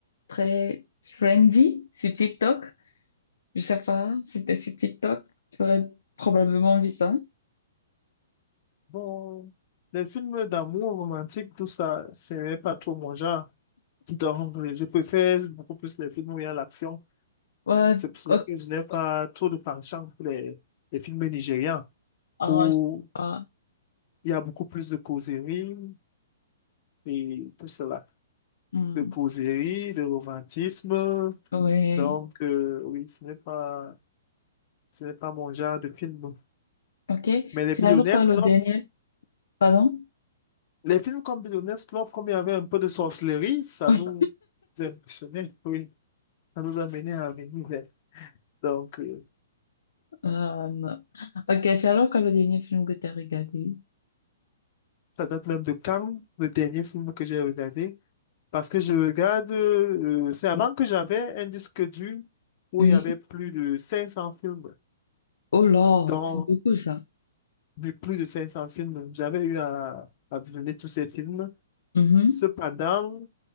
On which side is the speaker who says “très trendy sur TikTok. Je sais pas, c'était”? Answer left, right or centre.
Left